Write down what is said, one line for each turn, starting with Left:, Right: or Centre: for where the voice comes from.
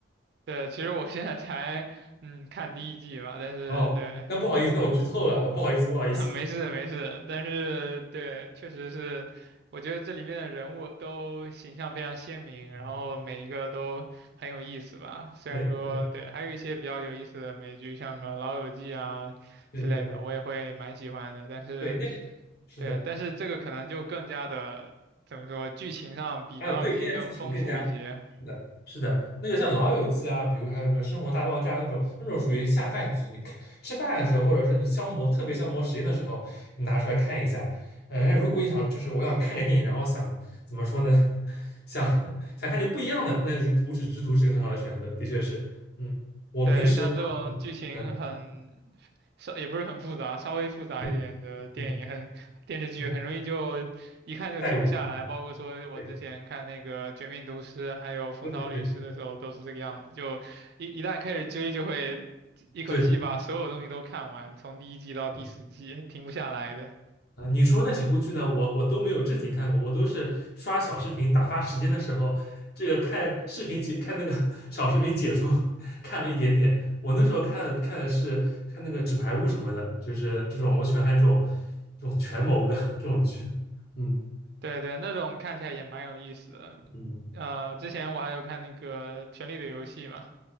Right: 对，其实我现在才嗯看第一季吧，但是对你这
Left: 哦，那不好意思，那我剧透了，不好意思不好意思，
Right: <laughs> 啊，没事没事，但是对，确实是，我觉得这里面的人物都形象非常鲜明，
Left: 嗯，
Right: 然后每一个都很有意思吧。虽然说对，
Left: 对对
Right: 还有一些比较有意思的美剧，像什么《老友记》啊之类的，
Left: 对对对
Right: 我也会蛮喜欢的。但是
Left: 对，那个是的。
Right: 对，但是这个可能就更加的怎么说，剧情上比《老友记》更丰富一些。
Left: 还有对更加剧情更加是的，是的，那个像《老友记》啊，比如还有什么《生活大爆炸》那种，那种属于下饭剧，你看吃饭的时候，或者是你消磨特别消磨时间的时候，你拿出来看一下。呃，如果你想就是我想看个电影，然后想怎么说呢，<laughs> 想想看点不一样的，那《无耻之徒》是个很好的选择，的确是。嗯，我平时的话，
Right: 对，像这种剧情很稍也不是很复杂，
Left: 我嗯
Right: 稍微复杂一点的电影很电视剧很容易就一看就停不下来。
Left: 对嗯嗯，嗯代入进去，
Right: 包括说我之前看那个《绝命毒师》还有《风骚律师》的时候都是这个样子，
Left: 对对对对
Right: 就一一旦开始追就会一口气把所有东西都看完，
Left: 对，
Right: 从第一季到第十季停不下来的。
Left: 嗯。啊，你说那几部剧呢？我我都没有正经看过，我都是刷小视频打发时间的时候，这个看视频解看那个 <laughs> 小视频解说，看了一点点。我那时候看的看的是看那个《纸牌屋》什么的，就是这种我喜欢看这种这种权谋的这种剧。嗯
Right: 对对，那种看起来也蛮有意思的。
Left: 嗯，
Right: 呃，之前我还有看那个《权力的游戏》嘛，